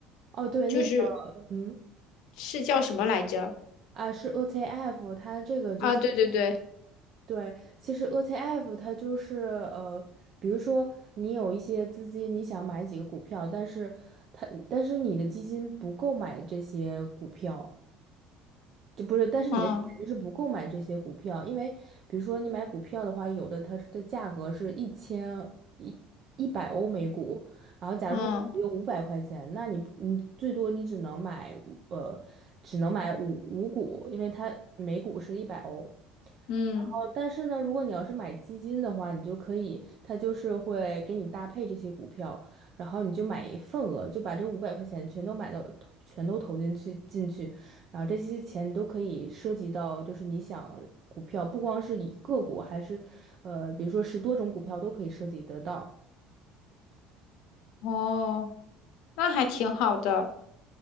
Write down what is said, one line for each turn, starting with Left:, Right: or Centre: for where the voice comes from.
Right: 哦，对，
Left: 就是
Right: 那个，嗯，
Left: 是叫什么来着？
Right: 啊，是 ETF，它这个就是。
Left: 啊，对对对，
Right: 对，其实 ETF 它就是呃，比如说你有一些资金，你想买几个股票，但是它但是你的基金不够买这些股票，就不是，但是你的钱就是不够买这些股票，
Left: 嗯
Right: 因为比如说你买股票的话，有的它的价格是一千一一百欧每股，然后假如说你只有五百块钱，
Left: 嗯
Right: 那你你最多你只能买呃只能买五五股，因为它每股是一百欧。
Left: 嗯，
Right: 哦，但是呢，如果你要是买基金的话，你就可以，它就是会给你搭配这些股票，然后你就买一份额，就把这五百块钱全都买到，投全都投进去进去，然后这些钱都可以涉及到，就是你想股票，不光是以个股，还是呃，比如说十多种股票都可以涉及得到。
Left: 哦，那还挺好的，